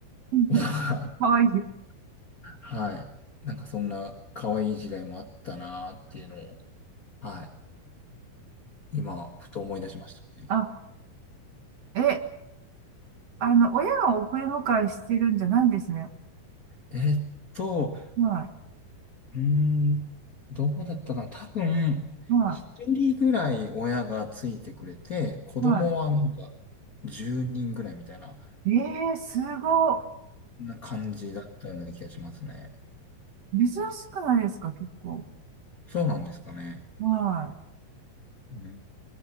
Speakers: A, on the right (about 50°); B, on the left (about 45°).
A: う <laughs>、
B: ことが、
A: かわいい。
B: <laughs> はい。なんかそんな可愛い時代もあったなーっていうのを、はい。今、ふと思い出しましたね。
A: あ、え、あの、親が送り迎えしてるんじゃないんですね。
B: えーっと、
A: は
B: うーん、どうだったかな。多分、
A: い、は
B: 一人ぐらい親がついてくれて、子供はなんか、
A: い、は
B: 10人ぐらいみたいな、
A: い。ええーすごっ。
B: な感じだったような気がしますね。
A: 珍しくないですか、結構。
B: そうなんですかね。
A: はい。
B: うん、